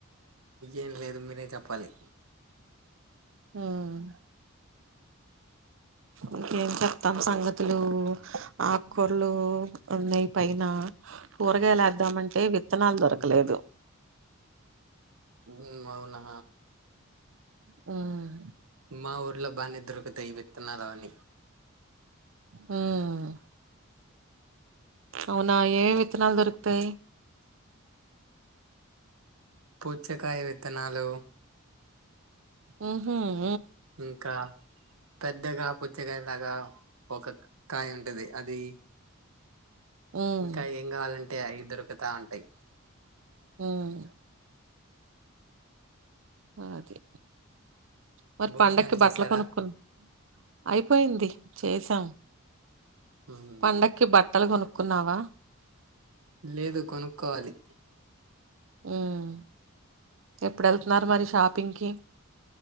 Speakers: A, on the right; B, on the right.
A: ఏం లేదు మీరేం చెప్పాలి
B: మ్మ్ ఇంకేం చెతాను సంగతులు ఆకూరలు ఉన్నాయి పైన కూరగాయలుద్దామంటే విత్తనాలు దొరకలేదు
A: హ్మ్ మ్మ్ హ్మ్ అవునా
B: హ్మ్
A: మా ఊర్లో బానే డోరూకుతాయి ఈ వితన్నాలు అవి అన్ని
B: హ్మ్ అవునా ఏ వితునాలు దొరుకుతయి
A: పూచ్చకాయ విత్తనాలు
B: మ్మ్ హ్మ్
A: ఇంకా పెద్దగా పుచ్చకాయ లాగా ఒక కాయ ఉంటది అది
B: ఉమ్
A: ఇంకా ఏం కావాలంటే అవి దొరుకుతా ఉంటాయి
B: ఉమ్ అదే మరి
A: భోజనాలు
B: పండక్కి బట్టలు
A: చేసారా
B: కొనుక్కుని అయిపోయింది చేసాం
A: మ్మ్
B: పండక్కి బట్టలు కొనుక్కున్నావా
A: లేదు కొనుక్కోవాలి
B: హ్మ్ ఎప్పుడు వెళ్తున్నారు మరి షాపింగ్కి